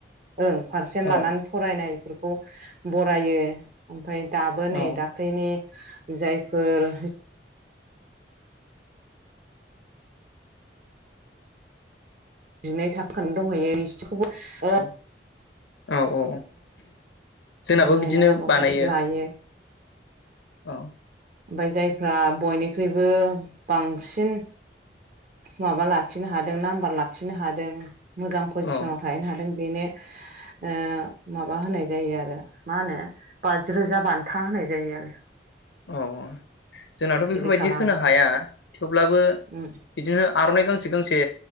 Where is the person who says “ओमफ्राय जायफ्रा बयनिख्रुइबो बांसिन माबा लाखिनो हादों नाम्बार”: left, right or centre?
Right